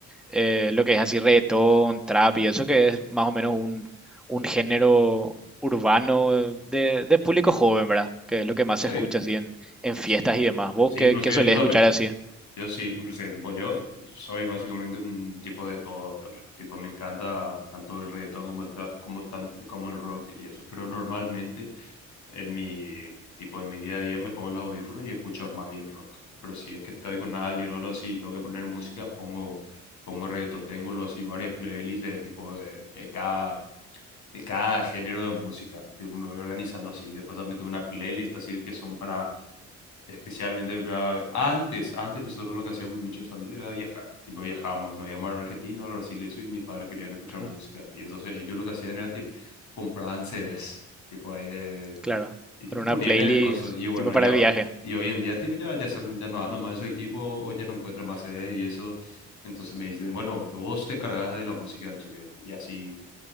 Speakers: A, in the centre; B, on the left (about 70°).
A: eh, lo que es así reggaetón, trap y eso que es más o menos un, un género urbano de, de público joven, ¿verdad? Que es lo que más
B: Sí,
A: se escucha así en, en fiestas
B: sí.
A: y demás. ¿Vos
B: Sí,
A: qué,
B: inclusive
A: qué solés
B: yo también.
A: escuchar así?
B: Yo sí, inclusive, tipo, yo soy básicamente un tipo de todo también. Tipo, me encanta tanto el reggaetón como el trap, como, tan- como el rock y eso. Pero normalmente en mi, tipo, en mi día a día me pongo los audífonos y escucho más bien rock. Pero si es que estoy con alguien o algo así y tengo que poner música, pongo, pongo reggaetón. Tengo los, así varias playlists de tipo de, de cada, de cada género de música. Tipo, me voy organizando así. Después también tengo una playlist así que son para especialmente para- antes, antes nosotros lo que hacíamos mucho en familia era viajar, tipo viajábamos, nos íbamos a Argentina o a Brasil, eso, y mis padres querían escuchar música,
A: Mm,
B: y entonces ellos lo que hacían era que compraban CDs, tipo ahí de, de-
A: Claro,
B: y
A: con
B: tipo
A: una
B: ponían
A: playlist
B: en el coso, y bueno,
A: tipo para
B: ya
A: el viaje.
B: hoy, y hoy en día tipo ya, ya, son, ya no andan más esos equipos, o ya no encuentran más CDs y eso, entonces me dicen, bueno, vos te encargas de la música, no sé qué, y así